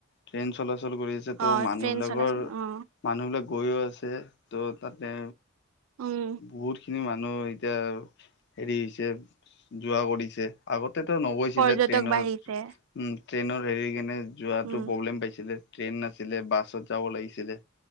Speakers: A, on the left; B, on the right.
A: ট্ৰেইন চলাচল কৰি আছে, তো
B: অ
A: মানুহবিলাকৰ
B: ট্ৰেইন চলাচল অ
A: মানুহবিলাক গৈয়ো আছে। তো তাতে
B: উম
A: বহুতখিনি মানুহ এতিয়া হেৰি হৈছে, যোৱা কৰিছে। আগতেতো নগৈছিলে
B: পৰ্যটক
A: ট্ৰেইনৰ-
B: বাঢ়িছে
A: উম, ট্ৰেইনৰ হেৰি কেনে যোৱাটো
B: উম,
A: প্ৰব্লেম পাইছিলে। ট্ৰেইন নাছিলে, বাছত যাব লাগিছিলে।